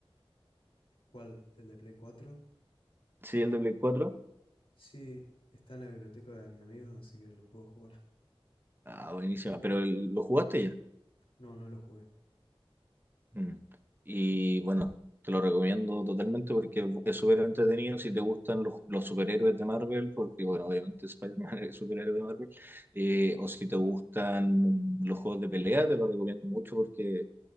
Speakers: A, on the left; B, on the right.
A: ¿Cuál? ¿El de Play cuatro
B: sí, el de Play 4.
A: Sí, está en la biblioteca de mi amigo, así que lo puedo jugar.
B: Ah, buenísima, pero el- lo jugaste ya.
A: <laughs> No, no lo jugué.
B: Mm. Y bueno, te lo recomiendo totalmente porque es súper entretenido si te gustan los, los superhéroes de Marvel, porque bueno, obviamente Spider-Man <laughs> es superhéroe de Marvel, eh, o si te gustan los juegos de pelea, te lo recomiendo mucho porque